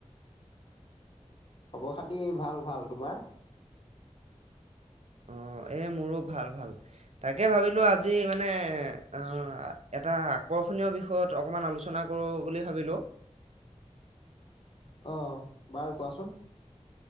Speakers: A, on the left; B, on the right.
A: খবৰ খাতি ভাল ভাল তোমাৰ?
B: অ এই মোৰো ভাল ভাল তাকে ভাবিলো আজি মানে আহ এটা আকৰ্ষণীয় বিষয়ত অকমান আলোচনা কৰো বুলি ভাবিলো।
A: আহ বাৰু কোৱাচোন।